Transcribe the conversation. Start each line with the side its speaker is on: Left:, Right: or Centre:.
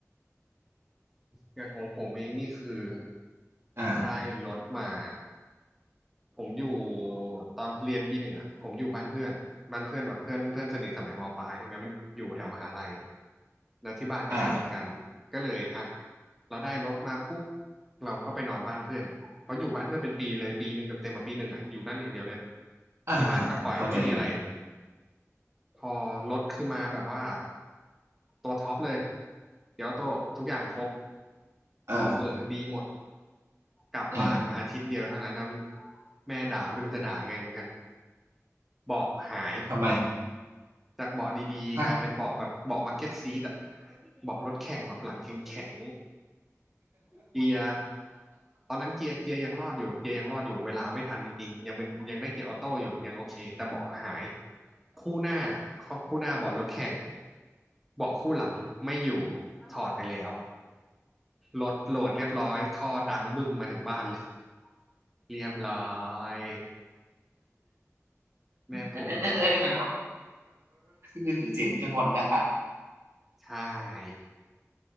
Centre: อย่างของผมเองนี่คือ
Right: อ่า
Centre: ได้รถมาผมอยู่ตอนเรียนปีหนึ่งอ่ะผมอยู่บ้านเพื่อนบ้านเพื่อนแบบเพื่อนเพื่อนสนิทสมัยมปลายใช่ไหมมันอยู่แถวมหาลัยแล้วที่บ้านก็สนิทกันก็เลยอ่ะ
Right: อ่า
Centre: เราได้รถมาปุ๊บเราก็ไปนอนบ้านเพื่อนเพราะอยู่บ้านเพื่อนเป็นปีเลยปีหนึ่งเต็มๆมาปีหนึ่งอ่ะอยู่นั่นอย่างเดียวเลย
Right: อ่าอ่าเข้าใจอยู่
Centre: ที่บ้านก็ปล่อยไม่มีอะไร พอรถคือมาแบบว่าตัวท็อปเลยเดี๋ยวโต้ทุกอย่างครบ
Right: เออ
Centre: เบาะเบอะดีหมด กลับบ้านมาอาทิตย์เดียวเท่านั้นนะ
Right: เออ
Centre: แม่ด่าไม่รู้จะด่าไงเหมือนกัน เบาะหาย
Right: ทำไม
Centre: จากเบาะดีๆกลายเป็นเบาะแบบเบาะบักเก็ตซีทอะ
Right: ฮะ
Centre: เบาะรถแข่งแบบหลังแข็งๆเกียร์ตอนนั้นเกียร์เกียร์ยังรอดอยู่เกียร์ยังรอดอยู่เวลาไม่ทันจริงๆยังเป็นยังได้เกียร์ออโต้อยู่ยังโอเคแต่เบาะหาย คู่หน้าคู่หน้าเบาะรถแข่งเบาะคู่หลังไม่อยู่ถอดไปแล้วรถโหลดเรียบร้อยท่อดังบึ้มมาถึงบ้านเลยเรียบร้อยแม่ภูมิใจ
Right: <laughs> นี่คือเสียงเครื่องงอนได้
Centre: ใช่